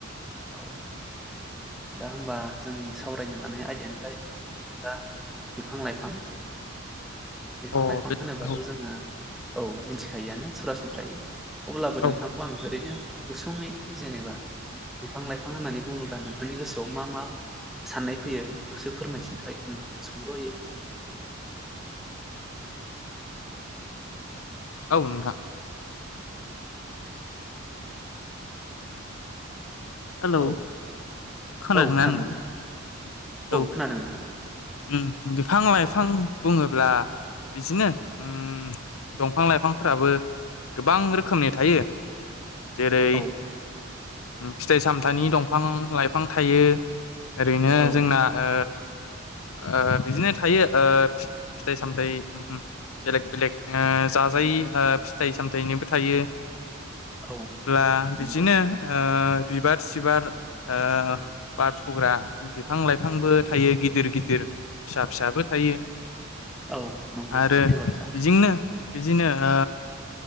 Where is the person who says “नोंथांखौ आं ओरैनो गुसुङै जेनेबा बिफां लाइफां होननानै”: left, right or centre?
Centre